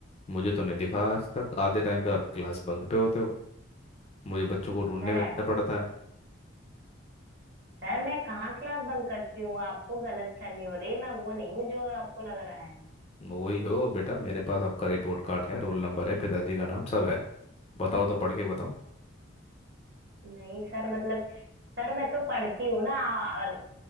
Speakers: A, on the left (about 30°); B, on the right (about 50°).
A: मुझे तो नहीं दिखा आज तक आधे टाइम पे आप क्लास बंक पे होते हो मुझे बच्चों को ढूंढने
B: सर
A: भेजना
B: ऐ-
A: पड़ता है
B: सर मैं कहाँ क्लास बंक करती हूँ आपको गलत फहमी हो रही है मैं वो नहीं हूँ जो आपको लग रहा है
A: वही हो बेटा मेरे पास आपका रिपोर्ट कार्ड है रोल नंबर है पिताजी का नाम सब है बताओ तो पढ़ के बताओ
B: नहीं सर मतलब सर मैं तो पढ़ती हूँ ना और